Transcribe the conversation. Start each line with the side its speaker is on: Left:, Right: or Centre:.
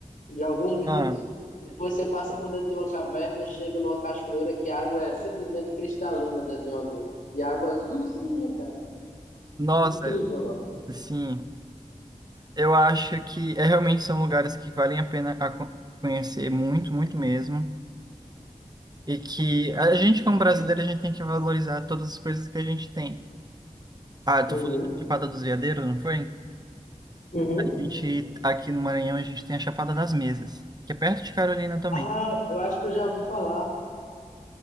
Left: de alguns minutos.
Right: Ah,
Left: Depois você passa por dentro de uma caverna e chega numa cachoeira que a água é simplesmente cristalina dentro de uma gruta. E a água azulzinha, cara.
Right: nossa,
Left: Incrível, não?
Right: sim. Eu acho que é, realmente são lugares que valem a pena a co- conhecer muito, muito mesmo. E que a gente, como brasileiro, a gente tem que valorizar todas as coisas que a gente tem. Ah, eu
Left: Uhum,
Right: tô falando da Chapada dos Veadeiros, não foi?
Left: uhum.
Right: A gente, aqui no Maranhão, a gente tem a Chapada das Mesas, que é perto de Carolina também.
Left: Ah, eu acho que eu já ouvi falar.